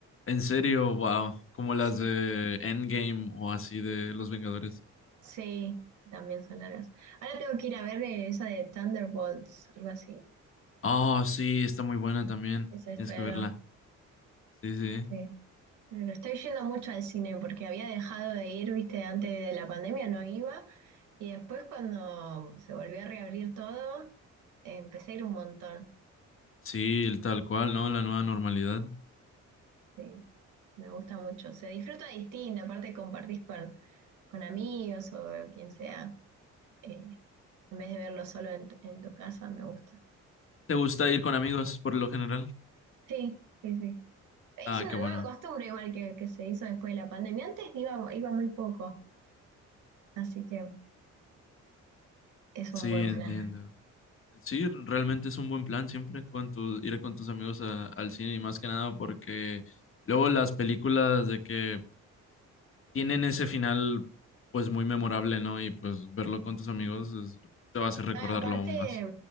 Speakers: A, on the left; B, on the right.
A: En serio, wow, como las
B: Sí,
A: de Endgame o así de Los Vengadores.
B: sí, también son largas. Ahora tengo que ir a ver esa de Thunderbolts, algo así,
A: Oh, sí, está muy buena también.
B: que se estrenó.
A: Tienes que verla. Sí, sí.
B: Sí, pero estoy yendo mucho al cine porque había dejado de ir, viste, antes de la pandemia no iba. Y después cuando se volvió a reabrir todo, empecé a ir un montón.
A: Sí, el tal cual, ¿no? La nueva normalidad.
B: Sí, me gusta mucho. Se disfruta distinto, aparte compartís con, con amigos o quien sea, eh, en vez de verlo solo en, tu en tu casa, me gusta.
A: ¿Te gusta ir con amigos por lo general?
B: Sí, sí, sí. Es
A: Ah,
B: una
A: qué bueno.
B: nueva costumbre igual que, que se hizo después de la pandemia. Antes iba, iba muy poco, así que es
A: Sí,
B: un buen
A: entiendo.
B: plan.
A: Sí, realmente es un buen plan siempre con tu- ir con tus amigos a- al cine y más que nada porque luego las películas de que tienen ese final pues muy memorable, ¿no? Y pues verlo con tus amigos es- te va a hacer recordarlo
B: No, y aparte,
A: aún más.